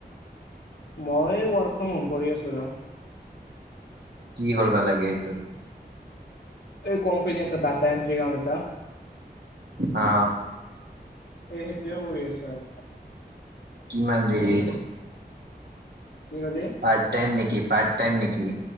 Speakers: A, on the left; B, on the right.
A: মই ৱৰ্ক ফ্ৰম হোম কৰি আছোঁ ৰ!
B: কি কৰিবা লাগে সেইটোত?
A: এই কোম্পানী এটা ডাটা এণ্ট্ৰি কাম এটা।
B: আঁ।
A: সেই সেইটোৱে কৰি আছোঁ আৰু।
B: কিমান দেৰি।
A: কি কলি?
B: পাৰ্ট টাইম নেকি? পাৰ্ট টাইম নেকি?